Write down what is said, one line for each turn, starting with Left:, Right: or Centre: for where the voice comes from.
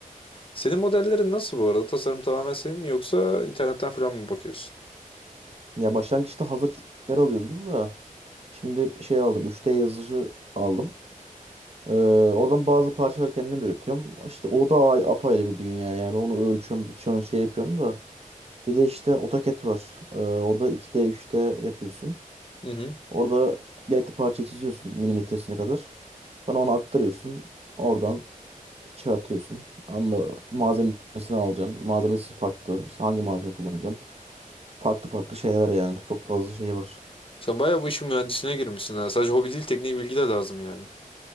Left: Senin modellerin nasıl bu arada? Tasarım tamamen senin mi yoksa internetten falan mı bakıyorsun?
Right: Ya başlangıçta hazır kitler alıyordun da şimdi şey aldım. 3D yazıcı aldım. Ee, oradan bazı parçaları kendim üretiyorum. İşte o da ay- apayrı bir dünya yani. Onu ölçüyorsun, biçiyorsun, şey yapıyorsun da. Bir de işte AutoCAD var. Ee, orada iki d üç d yapıyorsun.
Left: Hı hı.
Right: Orada gerekli parçayı çiziyorsun milimetresine kadar. Sonra onu aktarıyorsun. Oradan çıkartıyorsun. Anla malzemesini alacaksın. Malzemesi farklı. İşte hangi malzeme kullanacaksın? Farklı farklı şeyler yani. Çok fazla şey var.
Left: Sen bayağı bu işin mühendisliğine girmişsin ha. Sadece hobi değil tekniği bilgi de lazım yani.